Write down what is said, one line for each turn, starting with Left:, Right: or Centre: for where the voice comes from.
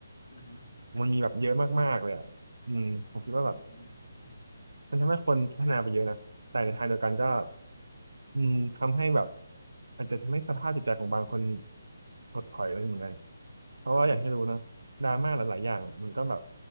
Left: อือฮึ
Right: มันมีแบบเยอะมากๆเลยอ่ะอืมผมคิดว่าแบบ
Left: อืมอือฮึ
Right: มันทำให้คนพัฒนาไปเยอะนะแต่ในทางเดียวกันก็อืมทำให้แบบอาจจะทำให้สภาพจิตใจของบางคนถดถอยไปเหมือนกันเพราะว่าอย่างที่รู้เนอะดราม่าหลายๆอย่างอะมันก็แบบ
Left: อ่า